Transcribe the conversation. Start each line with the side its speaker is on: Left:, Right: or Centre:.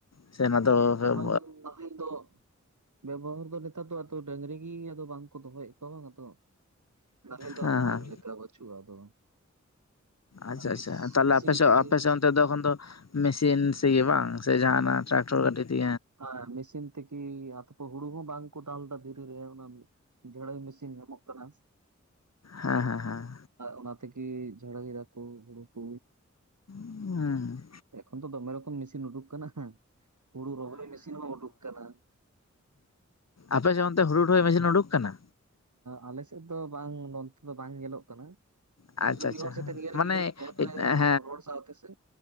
Left: ᱥᱮ ᱚᱱᱟ
Right: ᱛᱮ
Left: ᱫᱚ ᱦᱮᱸ
Right: ᱱᱟᱦᱟᱞ ᱱᱟᱦᱮᱞ ᱫᱚ ᱵᱮᱵᱚᱦᱟᱨ ᱫᱚ ᱱᱮᱛᱟᱨ ᱫᱚ ᱟᱫᱚ ᱰᱟᱹᱝᱨᱤ ᱜᱤ ᱟᱫᱚ ᱵᱟᱝᱠᱚ ᱫᱚᱦᱚᱭᱮᱫ ᱠᱚᱣᱟᱜ ᱵᱟᱝ ᱟᱫᱚ ᱱᱟᱦᱮᱞ ᱫᱚ
Left: ᱦᱮᱸ
Right: ᱟᱫᱚ ᱵᱟᱝ ᱞᱮᱠᱟ ᱵᱟᱪᱩᱜᱼᱟ ᱟᱫᱚ᱾ ᱚᱱᱟ
Left: ᱟᱪᱪᱷᱟ
Right: ᱢᱮᱥ
Left: ᱟᱪᱪᱷᱟ ᱛᱟᱦᱚᱞᱮ
Right: ᱢᱮᱥᱤᱱ
Left: ᱟᱯᱮ ᱥᱮᱫ
Right: ᱛᱮᱜᱮ
Left: ᱟᱯᱮᱥᱮᱫ ᱚᱱ ᱛᱮ ᱛᱚᱠᱷᱚᱱ ᱫᱚ ᱢᱮᱥᱤᱱ ᱥᱮ ᱤᱭᱟ. ᱵᱟᱝ ᱥᱮ ᱡᱟᱦᱱᱟᱜ ᱴᱨᱟᱠᱴᱚᱨ ᱜᱟᱹᱰᱤ ᱛᱮ
Right: ᱦᱚᱭ ᱢᱮᱥᱤᱱ ᱛᱮᱠᱤ ᱟᱫᱚ ᱦᱩᱲᱩ ᱦᱚᱸ ᱵᱟᱝ ᱠᱚ ᱫᱟᱞ ᱫᱟ ᱫᱷᱤᱨᱤ ᱨᱮ ᱚᱱᱟ ᱡᱷᱟᱹᱲᱟᱹᱭ ᱢᱮᱥᱤᱞ ᱧᱟᱢᱚᱜ ᱠᱟᱱᱟ᱾
Left: ᱦᱮᱸ ᱦᱮᱸ ᱦᱮᱸ
Right: ᱚᱱᱟ ᱛᱮᱜᱮ ᱡᱷᱟᱹᱲᱟᱹᱭ ᱫᱟᱠᱚ ᱦᱩᱲᱩ ᱠᱚ᱾
Left: ᱦᱩᱸ
Right: ᱮᱠᱷᱚᱱ ᱛᱚ ᱫᱚᱢᱮ ᱨᱚᱠᱚᱢ ᱢᱮᱥᱤᱱ ᱩᱰᱩᱠ ᱠᱟᱱᱟ ᱦᱩᱲᱩ ᱨᱚᱦᱚᱭ ᱢᱮᱥᱤᱱ ᱦᱚᱸ ᱩᱰᱩᱠ ᱠᱟᱱᱟ᱾
Left: ᱟᱯ ᱥᱮ ᱚᱱᱛᱮ ᱦᱩᱲᱩ ᱨᱚᱦᱚᱭ ᱢᱮᱥᱤᱱ ᱩᱰᱩᱠ ᱠᱟᱱᱟ
Right: ᱟᱞᱮ ᱥᱮᱫ ᱫᱚ ᱵᱟᱝ ᱱᱚᱱᱛᱮ ᱫᱚ ᱵᱟᱝ ᱧᱮᱞᱚᱜ ᱠᱟᱱᱟ
Left: ᱟᱪᱪᱷᱟ
Right: ᱢᱤᱫᱦᱚᱲ
Left: ᱟᱪᱪᱷᱟ
Right: ᱥᱟᱣᱛᱮ
Left: ᱦᱮᱸ
Right: ᱱᱤᱭᱟᱹ ᱨᱤᱜᱤ
Left: ᱢᱟᱱᱮ
Right: ᱮᱯ
Left: ᱦᱮᱸ
Right: ᱨᱮ
Left: ᱦᱮᱸ
Right: ᱨᱚᱲ ᱥᱟᱣᱛᱮ ᱥᱮ